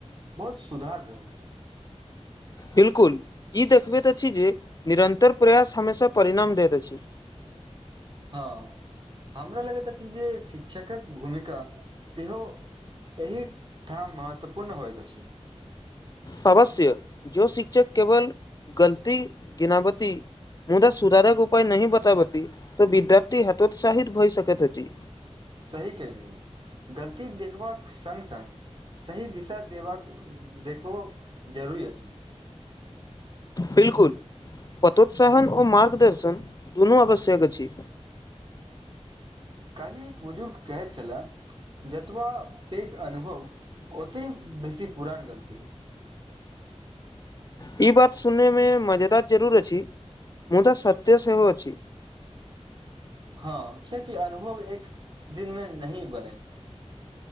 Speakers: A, on the right; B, on the left.
A: बहुत सुधार भेल
B: बिलकुल ई देखबैत अछि जे निरन्तर प्रयास हमेशा परिणाम दैत अछि
A: हँ हमरा लगैत अछि जे शिक्षकक भूमिका सेहो एहिठाम महत्वपूर्ण होइत अछि
B: अवश्य जो शिक्षक केवल गलती गिनावति मुदा सुधारक उपाय नहि बतावती त विद्यार्थी हतोत्साहित भए सकैत छथि
A: सही कहली गलती देखबाक संग संग सही दिशा देवाक देखबो जरूरी अछिई
B: बिलकुल प्रतोत्साहन और मार्गदर्शन दुनू आवश्यक अछि
A: काल्हि एक बुजुर्ग कहैत छलाह जतबा पैघ अनुभव ओते बेसी पुरान गलती
B: ई बात सुनयमे मजेदार जरूर अछि मुदा सत्य सेहो अछिए
A: हँ कियाकि अनुभव एक दिन मे नही बनेत